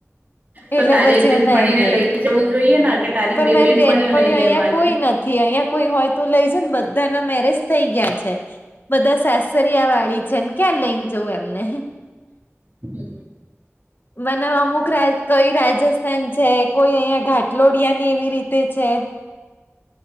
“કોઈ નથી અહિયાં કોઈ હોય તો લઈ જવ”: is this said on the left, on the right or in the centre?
Left